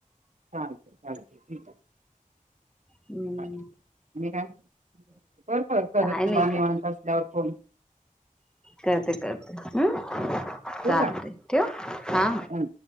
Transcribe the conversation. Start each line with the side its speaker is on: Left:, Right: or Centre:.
Right: चाँक्यू थँक्यू ठीक आहे
Centre: हम्म
Right: अ आणि काय बरं बर कर
Centre: काय
Right: तुला
Centre: नाही
Right: निवांत
Centre: काय
Right: असल्यावर फोन
Centre: करते करते हम
Right: ठेवू
Centre: चालते
Right: का?
Centre: ठव हा
Right: हं.